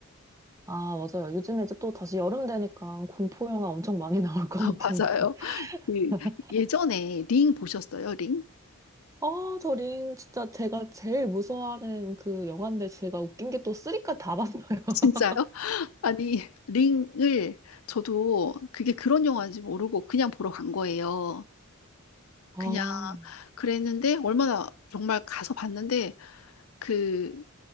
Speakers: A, on the right (about 15°); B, on the left (about 85°).
A: 아, 맞아요. 요즘에 이제 또 다시 여름 되니까 공포 영화 엄청 많이 <laughs> 나올 것
B: <laughs>
A: 같은데.
B: 맞아요. 그
A: <laughs>
B: 예전에 링 보셨어요? 링?
A: 아, 저링 진짜 제가 제일 무서워하는 그 영화인데 제가 웃긴 게 또 쓰리까지 다 봤어요. <laughs>
B: <laughs> 진짜요? 아니 링을 저도 그게 그런 영화인지 모르고 그냥 보러 간 거예요.
A: 아,
B: 그냥 그랬는데 얼마나 정말 가서 봤는데 그